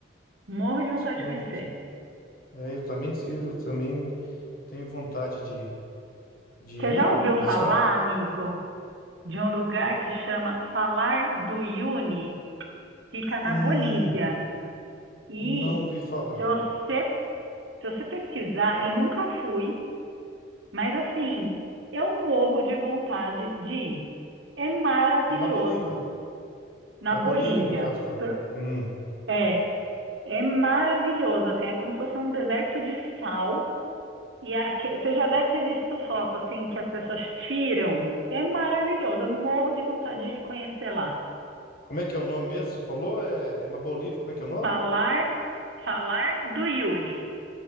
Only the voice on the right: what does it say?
Morro de vontade
de conhecer.
Você já ouviu
falar,
amigo, de um lugar que chama Salar do Uyuni? Fica na
Bolívia. E
se você, se você pesquisar, eu nunca fui, mas assim, eu morro de vontade de ir. É maravilhoso.
Na
Bolívia.
Pro-
É. É maravilhoso, assim, é como se fosse um deserto de sal. E aque- você já deve ter visto foto, assim, que as pessoas tiram. É maravilhoso, eu morro de vontade de conhecer lá.
Falar, falar do Yuni.